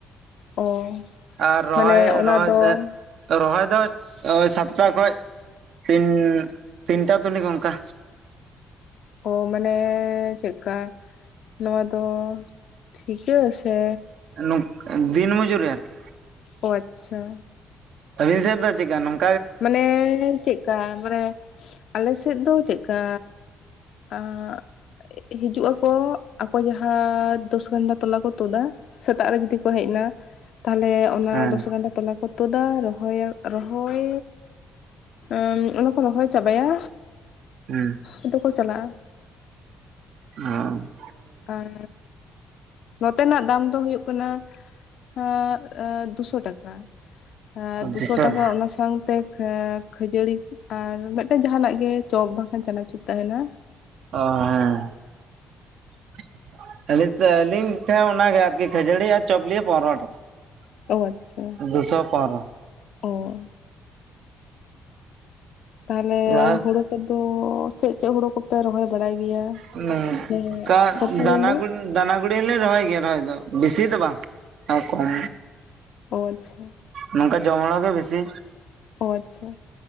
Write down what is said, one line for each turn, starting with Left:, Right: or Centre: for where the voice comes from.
Left: ᱚ᱾
Right: ᱟᱨ ᱨᱚᱦᱚᱭᱮ
Left: ᱢᱟᱱᱮ ᱚᱱᱟ
Right: ᱨᱚᱦᱚᱭ
Left: ᱫᱚ
Right: ᱫᱮ ᱛᱚ ᱨᱚᱦᱚᱭ ᱫᱚ ᱚ ᱥᱟᱛᱴᱟ ᱠᱷᱚᱡ ᱛᱤᱱ ᱛᱤᱱᱴᱟ ᱛᱟᱹᱱᱤᱠ ᱚᱝᱠᱟ᱾
Left: ᱚ ᱢᱟᱱᱮ ᱪᱮᱫᱠᱟ ᱱᱚᱣᱟ ᱫᱚ ᱴᱷᱤᱠᱟᱹ ᱥᱮ
Right: ᱱᱟᱜ, ᱫᱤᱱ ᱢᱚᱡᱩᱨᱤ ᱟᱨᱠᱤ᱾
Left: ᱚ ᱟᱪᱪᱷᱟ᱾
Right: ᱟᱹᱵᱤᱱ ᱥᱮ ᱫᱚ ᱪᱮᱫ ᱠᱟ ᱱᱚᱝ
Left: ᱢᱟᱱᱮ ᱪᱮᱫᱠᱟ ᱢᱟᱱᱮ ᱟᱞᱮ ᱥᱮᱫ ᱫᱚ ᱪᱮᱫᱠᱟ ᱟᱜ ᱦᱤᱡᱩᱜ ᱟᱠᱚ, ᱟᱠᱚ ᱡᱟᱦᱟᱸ ᱫᱚᱥ ᱜᱟᱱᱰᱟ ᱛᱚᱞᱟ ᱠᱚ ᱛᱩᱫᱟ ᱥᱮᱛᱟᱜ ᱨᱮ ᱡᱩᱫᱤ ᱠᱚ ᱦᱮᱡ ᱮᱱᱟ ᱛᱟᱦᱚᱞᱮ ᱚᱱᱟ
Right: ᱦᱮᱸ
Left: ᱫᱚᱥ ᱜᱟᱱᱰᱟ ᱛᱚᱞᱟ ᱠᱚ ᱛᱩᱫᱟ ᱨᱚᱦᱚᱭᱟ ᱨᱚᱦᱚᱭ ᱩᱸ ᱚᱱᱟ ᱠᱚ ᱨᱚᱦᱚᱭ ᱪᱟᱵᱟᱭᱟ
Right: ᱦᱩᱸᱻ
Left: ᱟᱫᱚ ᱠᱚ ᱪᱟᱞᱟᱜ-ᱟ,
Right: ᱚᱸᱻ
Left: ᱟᱨᱻ ᱱᱚᱛᱮᱱᱟᱜ ᱫᱟᱢ ᱫᱚ ᱦᱩᱭᱩᱜ ᱠᱟᱱᱟ <inaudible> ᱟᱻ ᱫᱩᱥᱚ ᱴᱟᱠᱟ, <inaudible> ᱟᱨ ᱫᱩᱥᱚ
Right: ᱫᱩᱥᱚᱱ
Left: ᱴᱟᱠᱟ ᱚᱱᱟ ᱥᱟᱶᱛᱮ ᱠᱷᱟᱹᱡᱟᱹᱲᱤ ᱟᱨ ᱢᱤᱫᱴᱮᱱ ᱡᱟᱦᱟᱱᱟᱜ ᱜᱮ ᱪᱚᱯ ᱵᱟᱝᱠᱷᱟᱱ ᱪᱟᱱᱟᱪᱩᱨ ᱛᱟᱦᱮᱱᱟ,
Right: ᱚᱻ ᱦᱮᱸᱻ <unintelligible> ᱟᱹᱞᱤᱧ ᱴᱷᱮᱱ ᱚᱱᱟ ᱜᱮ ᱟᱨᱠᱤ ᱠᱷᱟᱹᱡᱟᱹᱲᱤ ᱟᱨ ᱪᱚᱯ ᱞᱤᱭᱮ ᱯᱚᱱᱨᱚ ᱴᱟᱠᱟ᱾
Left: ᱚ
Right: <inaudible>
Left: ᱟᱪᱪᱷᱟ
Right: ᱫᱩᱥᱚ ᱯᱚᱱᱨᱚ <inaudible>
Left: ᱚ ᱛᱟᱦᱚᱞᱮ
Right: ᱞᱟᱦᱟ
Left: ᱦᱩᱲᱩ ᱠᱚᱫᱚ ᱪᱮᱫ ᱪᱮᱫ ᱦᱩᱲᱩ ᱠᱚᱯᱮ ᱨᱚᱦᱚᱭ ᱵᱟᱲᱟᱭ ᱜᱮᱭᱟ
Right: ᱚᱱᱠᱟ
Left: ᱥᱮ ᱵᱚᱨᱥᱟ
Right: ᱫᱟᱱᱟ
Left: ᱫᱤᱱ ᱫᱚ
Right: ᱜᱩ ᱫᱟᱱᱟ ᱜᱩᱲᱤ ᱦᱚᱸᱞᱮ ᱨᱚᱦᱚᱭ ᱜᱮᱭᱟ ᱨᱚᱦᱚᱭ ᱫᱚ ᱵᱤᱥᱤ ᱫᱚ ᱵᱟᱝ ᱮᱸᱻ ᱠᱚᱢ
Left: ᱚ ᱻᱟᱪᱪᱷᱟ,
Right: ᱱᱚᱝᱠᱟ ᱡᱚᱢ ᱦᱚᱲᱟᱜ ᱜᱮ ᱵᱮᱥᱤ
Left: ᱚᱻ ᱟᱪᱪᱷᱟ,